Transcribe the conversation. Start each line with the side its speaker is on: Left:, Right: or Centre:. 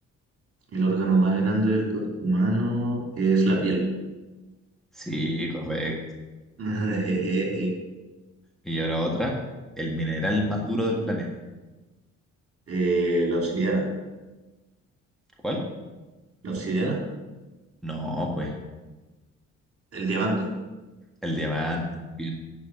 Right: El órgano más grande del cuerpo humano es la piel.
Centre: Sí, correcto.
Right: <laughs> Jejeje.
Centre: Y ahora otra, el mineral más duro del planeta.
Right: Eh, la obsidiana.
Centre: ¿Cuál?
Right: ¿La obsidiana?
Centre: No, pues,
Right: El diamante.
Centre: el diamante. Bien.